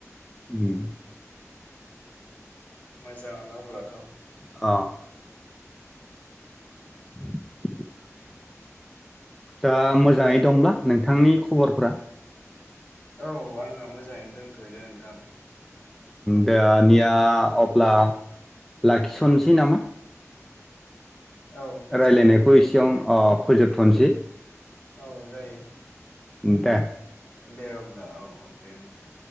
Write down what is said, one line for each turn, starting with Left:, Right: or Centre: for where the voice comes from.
Centre: उम
Left: मोजाङानो अब्लाथ'
Centre: अ। <inaudible> दा मोजाङै
Left: ओमफ्राय
Centre: दंब्ला नोंथांनि खबरफ्रा?
Left: औ आंना मोजाङैनो दोनथ'योैदे नोंथां।
Centre: दानिया अब्ला लाखिथ'सै नामा?
Left: औ
Centre: रायज्लायनायखौ
Left: जागोन
Centre: एसेयाव अ फोजोबथनसै।
Left: औ जायो।
Centre: दे।
Left: दे अब्ला औ औ दे नोंथां।